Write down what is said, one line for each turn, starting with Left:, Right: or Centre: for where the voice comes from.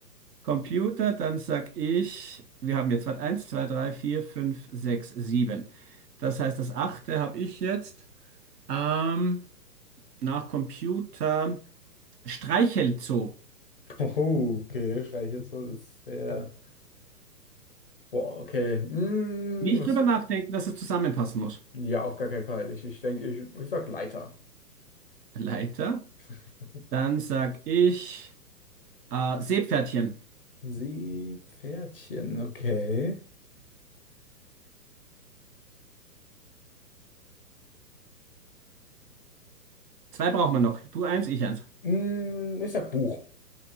Right: Computer, dann sag ich, wir haben jetzt, warte, eins, 2, 3, 4, 5, 6, 7. Das heißt, das achte habe ich jetzt. Ähm, nach Computer, Streichelzoo.
Left: Oh, okay, streiche jetzt so, ist sehr. Boah, okay. Mm,
Right: Nicht
Left: was?
Right: drüber nachdenken, dass es zusammenpassen muss.
Left: Ja, auf gar keinen Fall. Ich, ich denke, ich, ich sag Leiter.
Right: Leiter.
Left: <laughs>
Right: Dann sag ich äh, Seepferdchen.
Left: Seepferdchen, okay.
Right: Zwei brauchen wir noch. Du eins, ich eins.
Left: Mm, ich sag Buch.